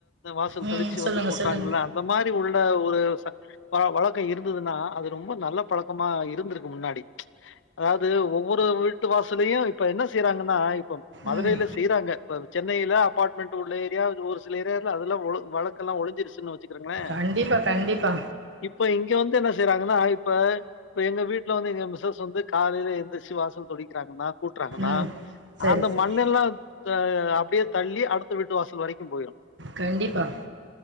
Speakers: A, on the left (about 80°); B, on the right (about 70°).
A: வாசல்
B: ம்.
A: தெளிச்சு
B: சொல்லுங்க,
A: வந்து கூட்றாங்கல்ல
B: சொல்லுங்க.
A: அந்த மாரி உள்ள ஒரு ஆ வழக்கோ இருந்துன்னா அது ரொம்ப நல்ல பழக்கமா இருந்துருக்கு முன்னாடி அதாவது ஒவ்வொரு வீட்டு வாசலையும் இப்ப என்ன செய்யறாங்கன்னா இப்ப மதுரையில
B: ம்.
A: செய்யறாங்க இப்ப சென்னையில அபார்ட்மெண்ட் உள்ள ஏரியா அது ஒரு சில ஏரியா அதல்லாம் வழக்கெல்லா ஒழஞ்சிருச்சு வச்சு இருங்களேன்
B: கண்டிப்பா, கண்டிப்பா.
A: இப்ப இங்க வந்து என்ன செய்றாங்கன்னா இப்ப இப்ப எங்க வீட்டுல வந்து எங்க மிசஸ் வந்து காலில எந்துருச்சு வாசல் தொளி இருங்கன்னா கூட்டுறாங்கன்னா
B: ம். சரி,
A: அந்த
B: சரி.
A: மண்ணெல்லா அ அப்டியே தள்ளி அடுத்த வீட்டு வாசல் வரைக்கு போயிடு
B: கண்டிப்பா